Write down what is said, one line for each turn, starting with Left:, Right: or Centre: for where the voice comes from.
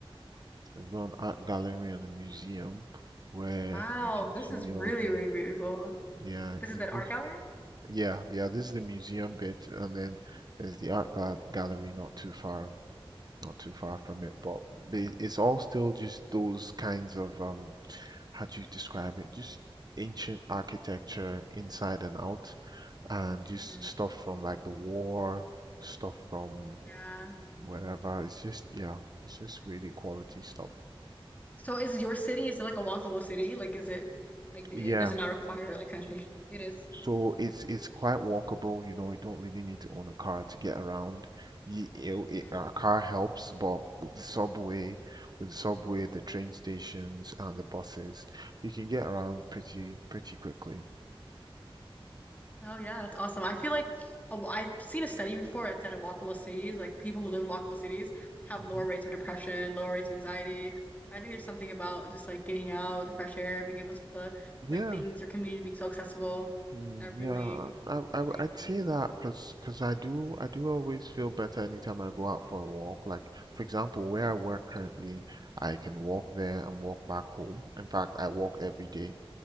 Right: They've got an art gallery and a museum where
Left: Wow,
Right: you can
Left: this
Right: see
Left: is really
Right: all these.
Left: really beautiful.
Right: Yeah,
Left: This
Right: you
Left: is that
Right: just
Left: art gallery?
Right: yeah yeah. This is the museum bit, and then there's the art gal gallery not too far not too far from it. But they, it's all still just those kinds of um, how do you describe it? Just ancient architecture inside and out. and just
Left: Mm.
Right: stuff from like the war, stuff from
Left: Yeah.
Right: wherever. It's just yeah, it's just
Left: Mhm.
Right: really quality stuff.
Left: So is your city is it like a walkable city? Like is it like
Right: Yeah.
Left: it does it not require like kind of tradition? It is.
Right: So it's it's quite walkable, you know, you don't really need to own a car to get around. You, it, it,
Left: Mhm.
Right: a car helps, but with the subway, with the subway, the train stations and the buses, you can get around pretty pretty quickly.
Left: Oh yeah, that's awesome. I feel like a- I've seen a study before that said in walkable cities, like people who live in walkable cities have
Right: hmm
Left: lower rates of depression, lower rates of anxiety. I think there's something about just like getting out, the fresh air, being able to
Right: Yeah.
Left: like things, your community being so accessible.
Right: Mm,
Left: That really,
Right: yeah, I, I w-
Left: really,
Right: I'd
Left: um,
Right: say that because because I do I do always feel better anytime I go out for a walk. Like for example, where I work currently, I can walk there and walk back home. In fact, I walk every day,